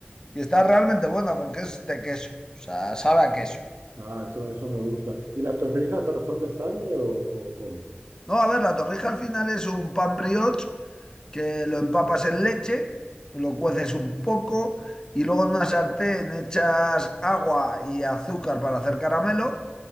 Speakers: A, on the left (about 20°); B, on the right (about 70°).
A: Y está realmente buena porque es de queso. O sea, sabe a queso.
B: Ah, eso, eso me gusta. ¿Y las torrijas, pero son de sangre o, o cómo?
A: No, a ver, la torrija al final es un pan brioche que lo empapas en leche, lo cueces un poco y luego en una sartén echas agua y azúcar para hacer caramelo.